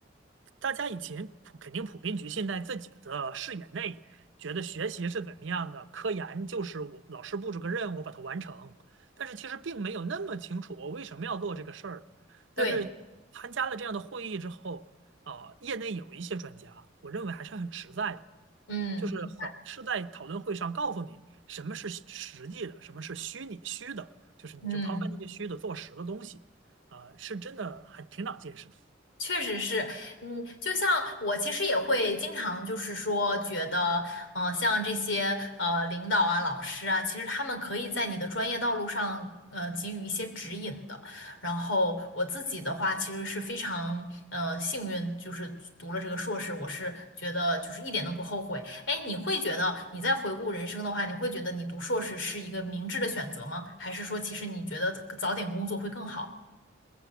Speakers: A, on the right (about 70°); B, on the left (about 70°).
A: 大家以前普肯定普遍局限在自己的视野内，觉得学习是怎么样的，科研就是我老师布置个任务，我把它完成。但是其实并没有那么清楚我为什么要做这个事儿。
B: 对，
A: 但是参加了这样的会议之后，啊、业内有一些专家，我认为还是很实在的，
B: 嗯
A: 就是很是在讨论会上告诉你什么是实际的，什么是虚拟虚的，就是你就抛开那些虚的，
B: 嗯。
A: 做实的东西，啊、是真的很挺长见识的。
B: 确实是，嗯，就像我其实也会经常就是说觉得，嗯、像这些呃领导啊、老师啊，其实他们可以在你的专业道路上呃给予一些指引的。然后我自己的话，其实是非常呃幸运，就是读了这个硕士，我是觉得就是一点都不后悔。哎，你会觉得你在回顾人生的话，你会觉得你读硕士是一个明智的选择吗？还是说其实你觉得早点工作会更好？